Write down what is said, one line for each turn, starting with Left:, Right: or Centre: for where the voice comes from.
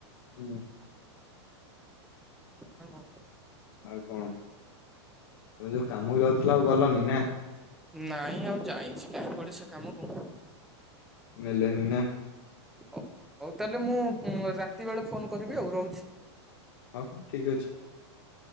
Left: ହୁଁ।
Centre: ନା କଣ?
Left: ଆଉ କଣ ତମେ ଯୋଉ କାମକୁ ଯାଉଥିଲା ଆଉ ଗଲନି ନା?
Centre: ନାଇଁ ଆଉ ଯାଇଚି କାହିଁ କୁଆଡେ ସେ କାମ କ
Left: ନେଲେନି
Centre: ହଉ ହଉ ତାହେଲେ ମୁଁ ରାତି ବେଳେ ଫୋନ କରିବି ଆଉ ରହୁଚି।
Left: ହଁ ହଁ ଠିକ୍ ଅଛି।